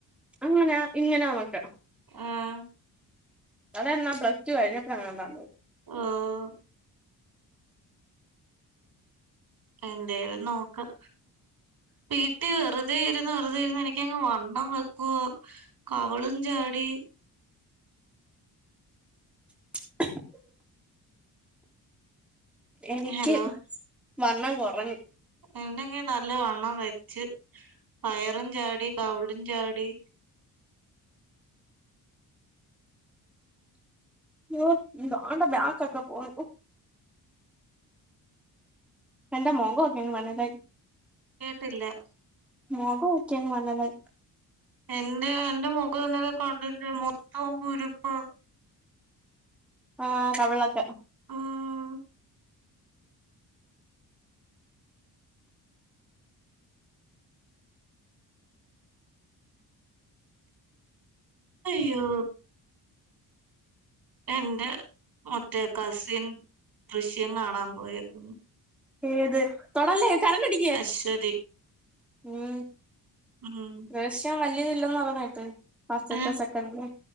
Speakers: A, in the centre; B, on the right.
A: അങ്ങനാ ഇങ്ങനാ ന്നൊക്ക
B: ആഹ്
A: അതെന്നാ പ്ല്ടു കഴിഞ്ഞപ്പൊഴാ ങ്ങാണ്ടാ
B: ആഹ് എന്തേലും നോക്കാം വീട്ടിൽ വെറുതെ ഇരു- ന്ന് വെറുതേയിരുന്ന് എനിക്കങ്ങ് വണ്ണം വെക്കോ കവിളും ചാടി
A: <inaudible> എനിക്ക്
B: ഹലോ
A: വണ്ണം കൊറഞ്ഞ്
B: എന്റെക്കെ നല്ല വണ്ണം വെച്ച് വ യറും ചാടി കവിളും ചാടി
A: ഓഹ് ദാണ്ടെ ബാക്ക് ഒക്കെ പോണ് എന്റെ മൊഖവൊക്കെ അങ്ങ് വല്ലാണ്ടായി
B: കേട്ടില്ല
A: മൊഖവൊക്കെ അങ്ങ് വല്ലാണ്ടായി
B: എന്റെ എന്റെ മുഖംന്നല കണ്ടില്ലെ മൊത്തവും കുരുപ്പ്
A: ആഹ് കവിളൊക്കെ
B: ആഹ് അയ്യോ എന്റെ മറ്റേ കസിൻ ദൃശ്യം കാണാൻ പോയപ്പം
A: ഏത് തൊടല്ലേ കരണ്ടടി
B: അശ്വതി
A: ഉം
B: ഉം
A: ദൃശ്യം വല്ല്യ തില്ലന്ന് പറേണേട്ട് ഫസ്റ്റത്തെ
B: ഏഹ്
A: സെക്കൻഡില